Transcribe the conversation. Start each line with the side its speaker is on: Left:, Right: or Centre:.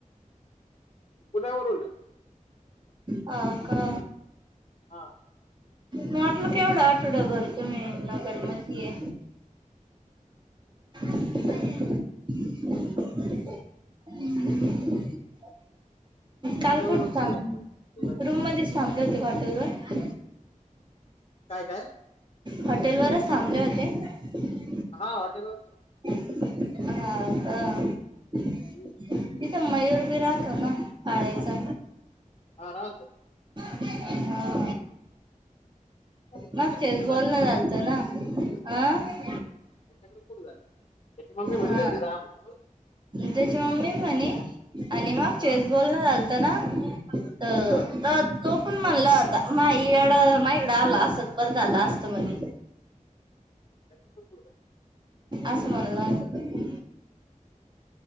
Left: पुण्यावरून ये.
Right: हा का.
Left: हा.
Right: म्हटलं केवढं आठवडा, भर तुम्ही नगर मध्ये? <inaudible>
Left: आणि <unintelligible>
Right: <inaudible> <inaudible> काल
Left: पुण्यावरून
Right: कुठ? थांब
Left: निघायचं तिथं जायचं
Right: रूम मध्ये थांबलं- हॉटेलवर
Left: काय काय
Right: हॉटेल वरच थांबले होते
Left: हा हॉटेल वरच होत.
Right: हा अ
Left: ही
Right: तिथं मयूर बी राहतो ना पाळायचा
Left: हा राहतो.
Right: हा
Left: त्याच्याकडे
Right: मग फेस
Left: कुठे
Right: बॉल
Left: जात
Right: ना चालत ना आं
Left: त्याच्याकडे कुठ झालं? त्याची मम्मी म्हणली
Right: हा
Left: होती राहा म्हणून.
Right: त्याची मम्मी म्हणे आणि मग
Left: हा
Right: चेस बॉल न चालत ना तर
Left: हा
Right: तर तो पण म्हणला आता मा एड माकडं आला असत पर झालं असत म्हणे.
Left: त्याच्याकडे कुठे जात रिकामं
Right: असं
Left: तान
Right: म्हणलं.